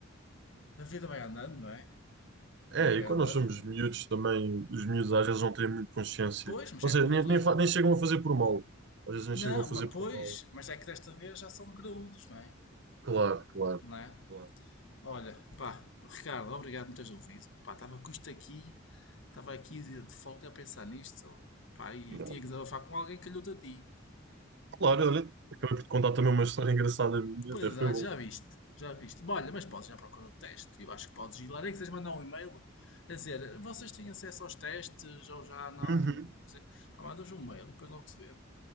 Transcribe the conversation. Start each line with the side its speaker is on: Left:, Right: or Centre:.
Left: a vida vai andando, não é? A
Right: É,
Left: vida
Right: e
Left: vai
Right: quando
Left: andando.
Right: nós somos miúdos também, os miúdos às vezes não têm muito consciência.
Left: Pois, mas
Right: Ou
Left: é
Right: seja,
Left: como
Right: nem,
Left: o colega.
Right: nem, fa- nem chegam a fazer por mal. Às vezes nem
Left: Não,
Right: chegam a fazer
Left: mas
Right: por
Left: pois,
Right: mal.
Left: mas é que desta vez já são graúdos, não é?
Right: Claro, claro,
Left: Não é?
Right: claro.
Left: Olha, pá, Ricardo, obrigado por me teres ouvido. Pá, estava com isto aqui, estava aqui de de folga a pensar nisto, pá, e
Right: Não.
Left: tinha que desabafar com alguém que lhe a ti.
Right: Claro, olha, acabei por te contar também uma história engraçada minha,
Left: Pois
Right: até foi
Left: é, já viste, já viste. Bom, olha, mas podes ir à procura do teste. Eu acho que podes ir lá, nem que seja mandar um e-mail a dizer vocês têm acesso aos testes ou já não.
Right: bom.
Left: Quer Dizer, Pá, mandas um e-mail e depois logo se vê.